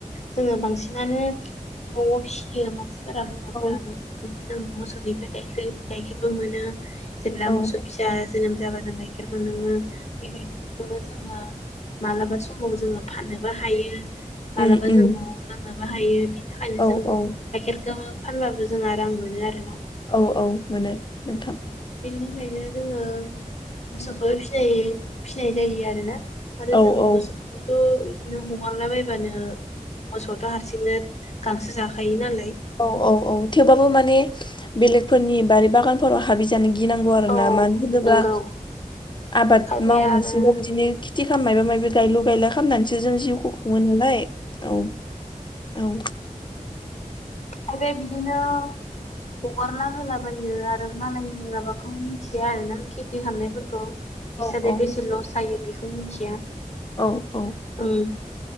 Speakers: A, on the left; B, on the left.
A: जोङो बांसिनानो नआव फिसियो मानसि फोरा बरफोराबो
B: औ
A: बिदिनो जों मोसौनिफ्राय गाइखेर गाइखेरबो मोनो जेब्ला
B: औ
A: मोसौ
B: उम
A: फिसा जोनोम जाबा जों गाइखेर मोनलोङो बे गाइखेरजोंनो जोङो मालाबा समाव जोङो फाननोबो हायो मालाबा
B: उम उम
A: जों नवाव लोंनोबो हायो बि नि थाखायनो
B: औ
A: जों गाइखेरखो
B: औ
A: फानबाबो जों रां मोनो आरो ना
B: औ औ मोनो नोंथां
A: बेनि थाखायनो जोङो मोसौखौ फिसिनाय फिसिनाय जायो आरोना आरो
B: औ
A: जों
B: औ
A: मोसौखौथ बिदिनो हगारलाबायबानो मोसौआथ हारसिंनो गांसो जाखायो नालाय
B: औ औ औ थेवबाबो माने बेलेगफोरनि बारि बागानफोराव हाबैजानो गिनांगौ आरो
A: औ
B: ना मानो होनोब्ला
A: नंगौ
B: आबाद
A: खायफाया
B: मावनोसै
A: आरो
B: बिदिनो टिखा मायबा मायबि गायलु गायला खामनानैसो जों जिउखौ खुङो नालाय औ औ
A: आरो बिदिनो हगारला होलाबायो आरो मालायनि माबाखौ मिथिया आरो ना खेथि खालामनायफोरखौ बिसादि
B: औ औ
A: बेसे लस जायो बेखौ मिथिया
B: औ औ
A: उम